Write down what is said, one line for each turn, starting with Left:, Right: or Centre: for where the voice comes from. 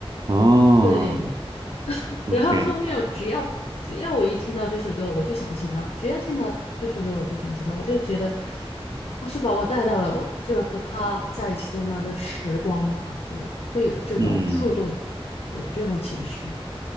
Right: 哦
Left: 对。
Right: ，OK，
Left: 然后后面我只要只要我一听到这首歌，我就想起他；只要听到这首歌，我就想起他。我就觉得他是把我带到了我就是和他在一起的那个时光吧，就是会有这种触动，
Right: 嗯，
Left: 有这种情绪。